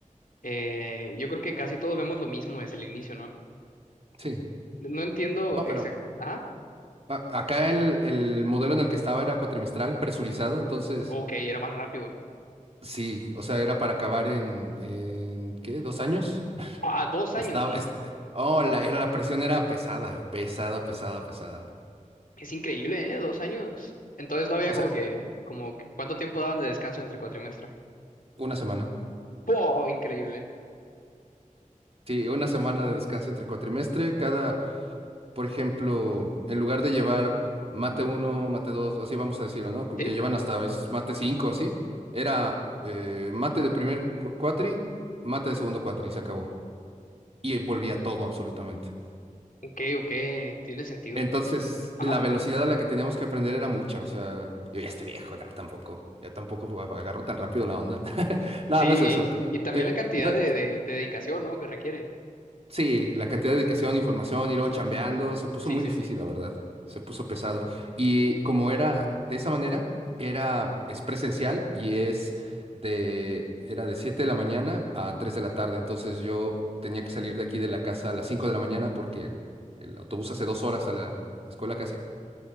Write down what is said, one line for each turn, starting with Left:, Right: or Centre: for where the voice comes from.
Left: Eh, yo creo que casi todos vemos lo mismo desde el inicio, ¿no?
Right: sí.
Left: No entiendo
Right: No,
Left: exactamente.
Right: pero
Left: Ah,
Right: a- acá el, el modelo en el que estaba era cuatrimestral, presurizado, entonces
Left: ok, era más rápido.
Right: sí, o sea, era para acabar en, en ¿qué? ¿Dos años?
Left: Ah, dos años.
Right: Estaba, est- oh, la, era, la presión era pesada, pesada, pesada, pesada.
Left: Es increíble, ¿eh? Dos años. Entonces no había
Right: O sea,
Left: como que, como, que- ¿cuánto tiempo daban de descanso entre cuatrimestres?
Right: una semana.
Left: ¡Wow! Increíble.
Right: Sí, una semana de descanso entre cuatrimestre, cada, por ejemplo, en lugar de llevar mate uno mate 2 así vamos a decirlo, ¿no? Que
Left: Sí,
Right: llevan hasta a veces mate 5 así, era eh, mate de primer cu- cuatri, mate de segundo cuatri, y se acabó. Y eh, volvía todo absolutamente.
Left: ok, ok, tiene sentido.
Right: Entonces,
Left: Ajá.
Right: la velocidad a la que teníamos que aprender era mucha, o sea, yo ya estoy viejo, ya tampoco, ya tampoco agarro tan rápido la onda. <laughs> No,
Left: Sí,
Right: no es eso.
Left: y, y también
Right: Eh,
Left: la cantidad
Right: no-
Left: de, de- de dedicación, ¿no? Que requiere.
Right: Sí, la cantidad de dedicación, información y luego chambeando, se puso
Left: Sí,
Right: muy
Left: sí,
Right: difícil,
Left: sí.
Right: la verdad. Se puso pesado. Y como era de esa manera, era, es presencial y es de, era de 7 de la mañana a 3 de la tarde. Entonces yo tenía que salir de aquí de la casa a las 5 de la mañana porque el, el autobús hace dos horas a la escuela casi.